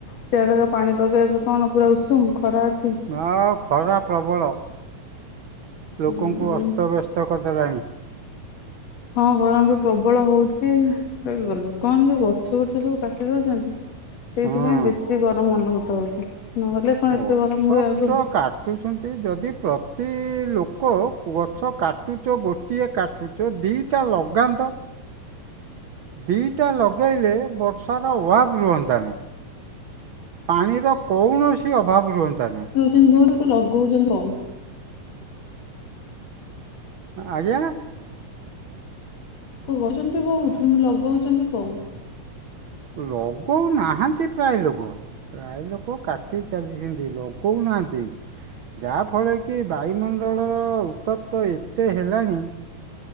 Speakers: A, on the left; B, on the right.
A: ସେଆଡ଼ାକ ପାଣି ପକେଇବେ କଣ ପୁରା ଉଷୁମ ଖରା ଅଛି।
B: ଆ ଖରା ପ୍ରବଳ
A: ହୁଁ
B: ଲୋକଙ୍କୁ ଅସ୍ତବ୍ୟସ୍ତ କରିଦେଲାଣି।
A: ହଁ ଗରମ ବି ପ୍ରବଳ ହୋଉଚି ଲୋକମାନେ ଯୋ ଗଛ ବଛ ସବୁ କା ଟି ଦୋଉଚନ୍ତି ସେଇଥିପାଇଁ
B: ହଁ
A: ବେଶୀ ଗରମ ଅନୁଭୂତ ହଉଛି। ନହେଲେ କଣ
B: ଗଛ
A: ଏତେ ଗରମ ହୁଏ
B: ବୁଛ
A: ଆଗରୁ।
B: କାଟୁଛନ୍ତି ଯଦି ପ୍ରତି ଲୋକ ଗଛ କାଟୁଚ ଗୋ ଟିଏ କାଟୁଚ ଦିଇଟା ଲଗାନ୍ତ। ଦିଟା ଲଗାଇଲେ ବର୍ଷାର ୱାଗ ରୁହନ୍ତାନେଇଁ। ପାଣିର କୌଣସି ଅଭାବ ରୁହନ୍ତାନେଇଁ।
A: ବହୁ <unintelligible> ଲଗଉଚନ୍ତି କମ୍।
B: ଆଜ୍ଞା।
A: କରଚନ୍ତି ବୋହୁତ୍ କିନ୍ତୁ ଲଗଉଚନ୍ତି କମ୍।
B: ଲଗଉ ନାହାନ୍ତି ପ୍ରାୟ ଲୋକ। ପ୍ରାୟ ଲୋକ କାଟି ଚାଲିଛନ୍ତି ଲଗଉନାହାନ୍ତି। ଯାହାଫଳରେ କି ବାୟୁମଣ୍ଡଳର ଉତ୍ତପ୍ତ ଏତେ ହେଲାଣି